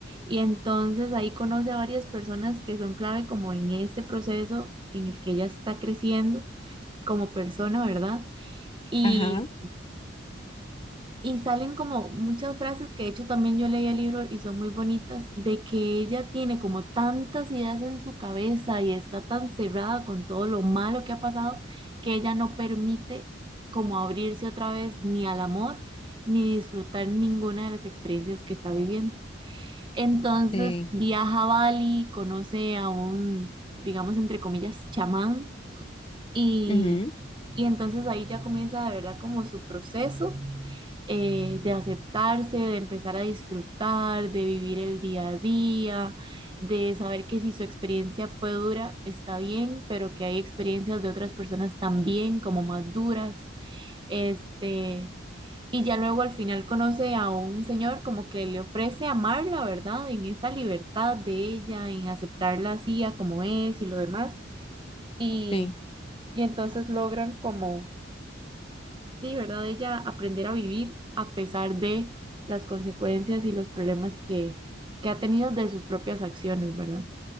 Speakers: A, on the right (about 25°); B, on the left (about 30°).
A: Y entonces ahí conoce a varias personas que son clave como en este proceso en el que ella está creciendo como persona, ¿verdad? Y
B: Ajá,
A: y salen como muchas frases que de hecho también yo leí el libro y son muy bonitas, de que ella tiene como tantas ideas en su cabeza y está tan cerrada con todo lo malo que ha pasado que ella no permite como abrirse otra vez ni al amor ni disfrutar ninguna de las experiencias que está viviendo. Entonces
B: Sí,
A: viaja a Bali, conoce a un, digamos entre comillas, chamán y,
B: ujú,
A: y entonces ahí ya comienza de verdad como su proceso eh, de aceptarse, de empezar a disfrutar, de vivir el día a día, de saber que si su experiencia fue dura, está bien, pero que hay experiencias de otras personas también como más duras. Este, y ya luego al final conoce a un señor como que le ofrece amarla, ¿verdad? En esa libertad de ella, en aceptarla así a como es y lo demás. Y
B: sí.
A: y entonces logran como, sí, ¿verdad? Ella aprender a vivir a pesar de las consecuencias y los problemas que, que ha tenido de sus propias acciones, ¿verdad?